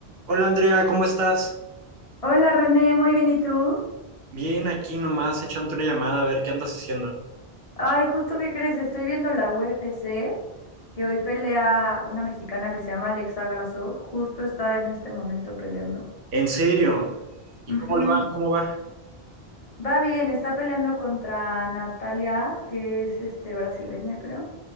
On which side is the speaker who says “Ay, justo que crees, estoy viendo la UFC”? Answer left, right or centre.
Left